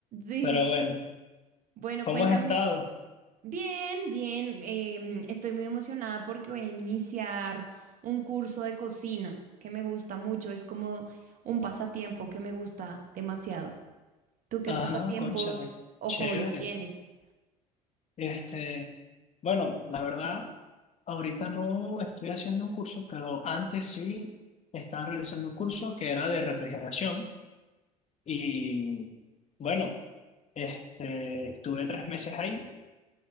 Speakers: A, on the right; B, on the left.
A: Sí.
B: Pero bueno,
A: Bueno,
B: ¿cómo
A: cuéntame.
B: has estado?
A: Bien, bien. em, estoy muy emocionada porque voy a iniciar un curso de cocina que me gusta mucho. Es como un pasatiempo que me gusta demasiado. ¿Tú qué
B: Ah,
A: pasatiempos
B: cónchale,
A: o
B: chévere.
A: hobbies tienes?
B: Este, bueno, la verdad, ahorita no estoy haciendo un curso, pero antes sí estaba realizando un curso que era de refrigeración y bueno. Este, estuve tres meses ahí